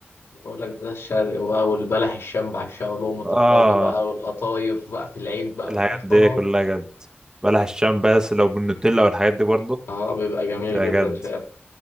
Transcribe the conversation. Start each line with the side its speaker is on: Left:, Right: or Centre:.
Left: بقول لك ده الشرق بقى والبلح الشام بعشقه ولقمة القاضي
Right: اه
Left: بقى والقطايف بقى في العيد بقى
Right: الحاجات
Left: يا خراب
Right: دي كلها جد بلح الشام بس لو بالنوتيلا والحاجات دي برضه
Left: اه بيبقى جميل
Right: بتبقى
Left: جدا
Right: جد
Left: فعلا